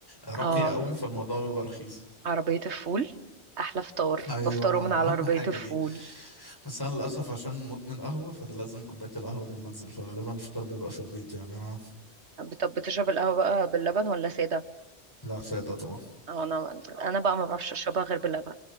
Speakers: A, on the left; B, on the right.
A: راقية
B: اه
A: قوي فالموضوع بيبقى رخيص
B: عربية الفول أحلى فطار
A: ايوه
B: بفطره من على
A: اهم
B: عربية
A: حاجة
B: الفول
A: دي بس انا للاسف عشان مدمن قهوة فانا لازم كوباية القهوة قبل ما انزل فغالبا الفطار بيبقى في البيت يعني أنا
B: طب بتشرب القهوة بقى باللبن ولا سادة؟
A: لا فايدة طبعا
B: أو أنا أنا بقى ما بعرفش أشربها غير باللبن